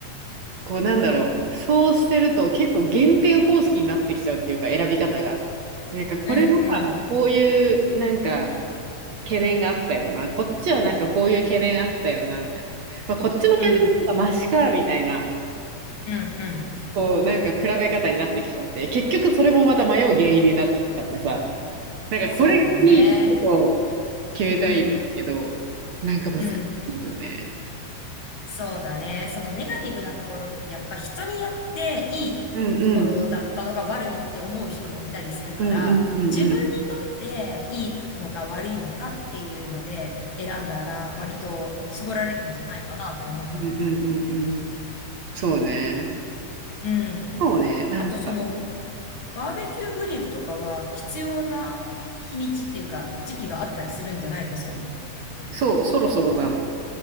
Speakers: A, on the right; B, on the left.
A: こうなんだろう。そうしてると結構減点方式になってきちゃうっていうか、選び方が。なんかこれはこういうなんか
B: うん、うん、
A: 懸念があったよな。こっちはなんかこういう懸念あったよな、みたいな。まあ、こっちの懸念とかマシか、
B: うん、
A: みたいな。
B: うん、うん。
A: こう、なんか比べ方になってきちゃって、結局それもまた迷う原因になっちゃってさ、なんかこれがいいってことを
B: そうだね。
A: 決めたいけど、
B: うん、
A: なんか難しいよね。
B: うん。そうだね。そのネガティブなところってやっぱ人によっていいところだったのが悪いって思う人もいたりするから、
A: うんうん。うんうんうんうん。
B: 自分にとっていいのか悪いのかっていうので選んだら割と絞られるんじゃないかなって思ったんだけど。
A: うんうんうんうん。そうね。
B: うん。
A: そうね。なんか、
B: あとそのバーベキューグリルとかは必要な日日にちっていうか時期があったりするんじゃないのそういうのって。
A: そう、そろそろなの。